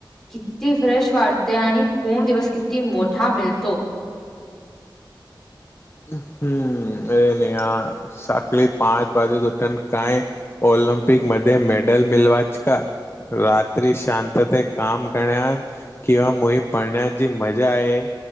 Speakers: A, in the centre; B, on the left.
A: किती फ्रेश वाटते आणि पूर्ण दिवस किती मोठा मिलतो
B: हम्म नाही सखळी पाच वाजू उठण काय ऑलमपिक मध्ये मेडल मिलवाच का रात्री शांतता काम करण्यात किंवा मोही पडण्यात जी मजा आहे